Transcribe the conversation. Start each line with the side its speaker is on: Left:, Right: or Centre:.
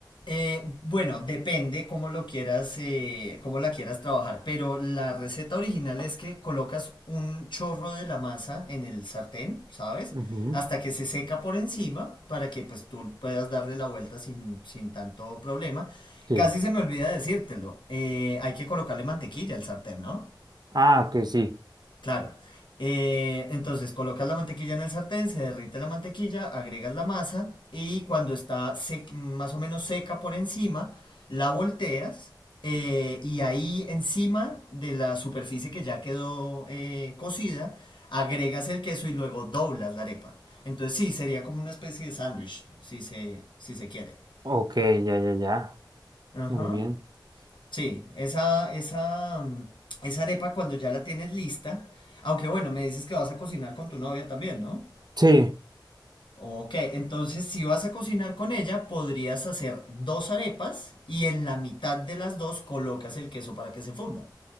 Left: Eh, bueno, depende cómo lo quieras, eh, cómo la quieras trabajar, pero la receta original es que colocas un chorro de la masa en el sartén, ¿sabes?
Right: Ujú.
Left: Hasta que se seca por encima para que pues tú puedas darle la vuelta sin, sin tanto problema.
Right: Sí.
Left: Casi se me olvida decírtelo, eh, hay que colocarle mantequilla al sartén, ¿no?
Right: Ah, ok, sí.
Left: Claro. Eh, entonces colocas la mantequilla en el sartén, se derrite la mantequilla, agregas la masa y cuando está sec- más o menos seca por encima, la volteas eh, y ahí encima de la superficie que ya quedó eh, cocida, agregas el queso y luego doblas la arepa. Entonces sí, sería como una especie de sándwich, si se, si se quiere.
Right: Ok, ya, ya, ya.
Left: Ajá.
Right: Muy bien.
Left: Sí, esa, esa, mm, esa arepa cuando ya la tienes lista, aunque bueno, me dices que vas a cocinar con tu novia también, ¿no?
Right: Sí.
Left: Ok, entonces si vas a cocinar con ella, podrías hacer dos arepas y en la mitad de las dos colocas el queso para que se funda.